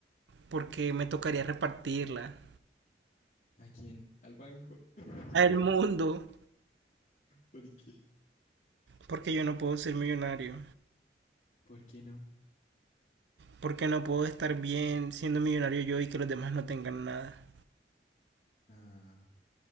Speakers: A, on the right; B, on the left.
A: Porque me tocaría repartirla
B: ¿A quién? ¿Al banco? <laughs>
A: al mundo.
B: ¿Por qué?
A: Porque yo no puedo ser millonario.
B: ¿Por qué no?
A: Porque no puedo estar bien siendo millonario yo y que los demás no tengan nada.
B: Ah,